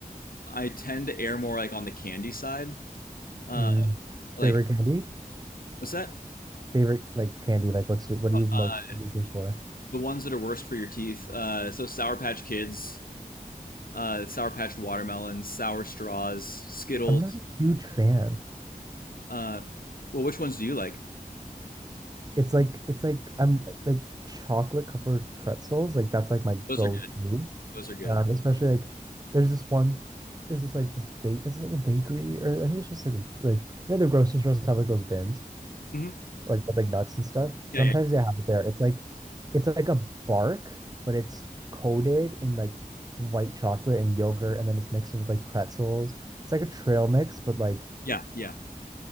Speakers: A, on the left; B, on the right.
A: I tend to err more like on the candy side. Uh,
B: yeah. Mm.
A: like
B: Favorite candy?
A: what's that?
B: Favorite like candy? Like what's your what
A: Uh,
B: are you most looking for?
A: the ones that are worst for your teeth. Uh, so Sour Patch Kids, uh, Sour Patch Watermelons, Sour Straws, Skittles.
B: I'm not a huge fan.
A: Uh, well, which ones do you like?
B: It's like it's like I'm like chocolate covered pretzels. Like that's like my
A: Those
B: go-to.
A: are good. Those are good.
B: Um, especially like there's this one, there's this like this bake it's like a bakery or I think it's just like a- like you know the grocery stores have like those bins
A: Mm-hmm.
B: like with like nuts and stuff.
A: Yeah,
B: Sometimes
A: yeah,
B: they have it there. It's like it's like a bark, but it's coated in like white chocolate and yogurt, and then it's mixed in with like pretzels. It's like a trail mix, but like
A: yeah, yeah.